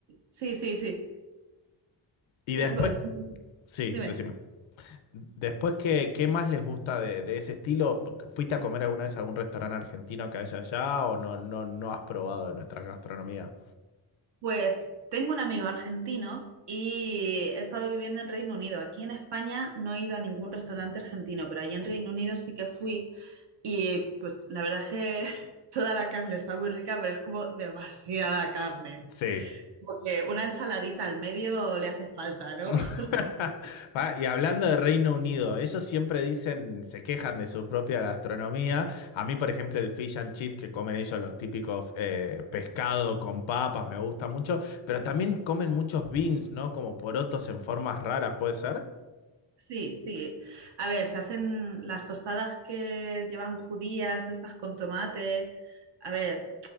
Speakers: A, on the right; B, on the left.
A: Sí, sí, sí. sí.
B: Y
A: Sí,
B: después,
A: pues,
B: sí,
A: dime.
B: decime. Después, ¿qué, qué más les gusta de, de ese estilo? ¿Fuiste a comer alguna vez a algún restaurante argentino que haya allá o no, no, no has probado de nuestra gastronomía?
A: Pues tengo un amigo argentino y he estado viviendo en Reino Unido. Aquí en España no he ido a ningún restaurante argentino, pero allá en Reino Unido sí que fui y pues la verdad es que <laughs> toda la carne está muy rica, pero es como demasiada carne.
B: Sí.
A: Porque una ensaladita al medio le hace falta, ¿no? <laughs>
B: <laughs> Ah, Y hablando de Reino Unido, ellos siempre dicen, se quejan de su propia gastronomía. A mí, por ejemplo, el fish and chip que comen ellos, los típicos eh, pescado con papas, me gusta mucho, pero también comen muchos beans, ¿no? Como porotos en formas raras, ¿puede ser?
A: Sí, sí. A ver, se hacen las tostadas que llevan judías de estas con tomate. A ver,